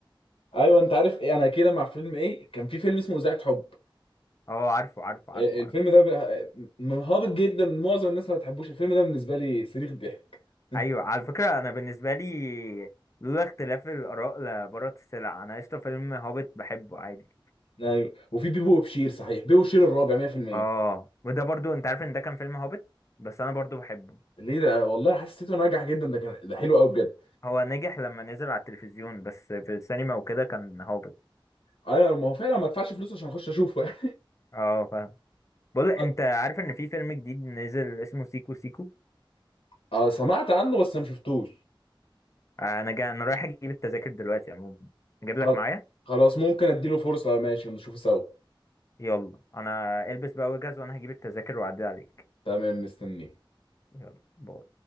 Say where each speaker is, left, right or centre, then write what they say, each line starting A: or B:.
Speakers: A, on the left; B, on the left.
A: ايوه انت عارف ايه انا كده مع فيلم ايه كان في فيلم اسمه اذاعه حب
B: اه عارفه عارفه عارفه
A: آه، الفيلم
B: عارفه
A: ده بقى- م- هابط جدا معظم الناس ما بتحبوش الفيلم ده بالنسبه لي صريخ ضحك <laughs>
B: ايوه على فكره انا بالنسبه لي لولا اختلاف الاراء لبارت السلع انا قشطه فيلم هوبت بحبه عادي
A: ايوه وفي بيبو وبشير صحيح بيبو وبشير الرابع 100%
B: اه وده برضو انت عارف ان ده كان فيلم هوبت بس انا برضو بحبه
A: ليه ده والله حسيته ناجح جدا ده كان ده حلو قوي بجد
B: هو نجح لما نزل على التلفزيون بس في السينما وكده كان هوبت
A: ايوه ما هو فعلا ما ادفعش فلوس عشان اخش اشوفه يعني
B: اه فاهم بقول انت
A: <laughs>
B: عارف ان في فيلم جديد نزل اسمه سيكو سيكو
A: اه سمعت عنه بس ما شفتوش
B: آه، انا جا... انا رايح اجيب التذاكر دلوقتي عموما اجيب
A: خل-
B: لك معايا
A: خلاص ممكن اديله فرصة ماشي نشوفه سوا
B: يلا انا البس بقى واجهز وانا هجيب التذاكر واعدي عليك
A: تمام مستنيه
B: يلا باي